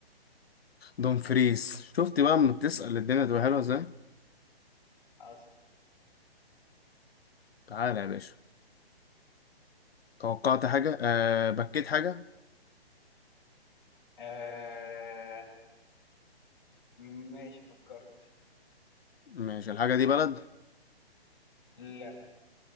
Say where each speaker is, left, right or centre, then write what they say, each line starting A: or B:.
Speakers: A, on the left (about 70°); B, on the left (about 25°).
A: دوم فريز شفت بقى اما بتسأل الدنيا تبقى حلوة ازاي
B: أص...
A: تعالى يا باشا توقعت حاجة أه بكيت حاجة
B: آه... ماشي فكرت
A: ماشي الحاجة دي بلد
B: لا